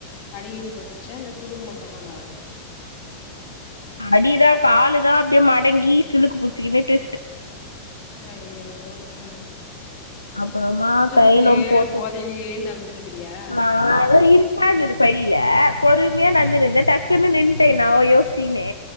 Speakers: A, on the left; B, on the left.
A: அடி கிடி பட்டுருச்சா இல்ல சுளுக்கு மட்டுதானா
B: அடிதா காலு தா அப்டியே மடங்கி சுழுக்கு புடிச்சிக்கினுட்டு
A: அயயோ ம்
B: அப்பறமா
A: தூக்கத்திலயே
B: தைலம் போட்டு
A: போதையிலயே நடந்துனுக்கிறியா
B: நா இரு ந்தது படியில பொறுமையா நடந்துருந்த
A: ம்
B: டக்குன்னு நின்டேன் நான் யோசிச்சிகினு